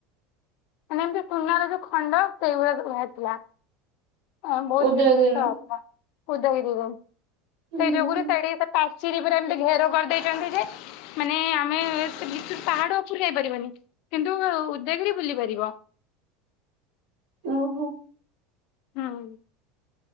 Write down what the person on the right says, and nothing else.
ଉଦୟଗିରିରୁ
ହୁଁ
ଓହୋ।